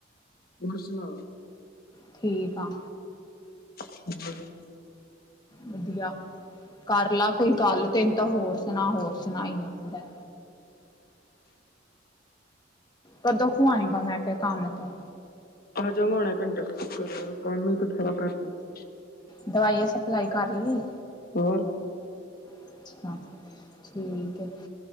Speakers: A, on the left; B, on the left.
A: ਹੋਰ ਸੁਣਾ
B: ਥੀਕ ਆ
A: <unintelligible>
B: ਵਧੀਆ ਕਰ ਲਾ ਕੋਈ ਗੱਲ ਤੈਨੂੰ ਤਾਂ ਹੋਰ ਸੁਣਾ ਹੋਰ ਸੁਣਾਈ ਆਦਾ। ਕਦੋ ਤੂ ਆਂਗਾ ਮੈਂ ਕਿਹਾ ਕੰਮ ਤੋਂ।
A: ਆ ਜਾਗਾ ਹੁਣੇ ਘੰਟੇ ਤੋਂ ਤੀਕਰ ਕ੍ਹਾਨੂੰ ਚਿੱਤ ਖਰਾਬ ਕਰਦੀ ਏ।
B: ਦਵਾਈ ਸਪਲਾਈ ਕਰ ਲੀ।
A: ਹੋਰ।
B: ਅੱਛਾ ਠੀਕ ਹੈ